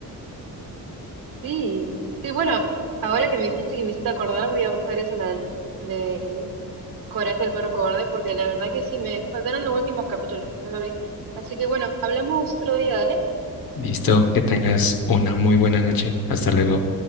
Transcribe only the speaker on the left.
Listo, que tengas una muy buena noche. Hasta luego.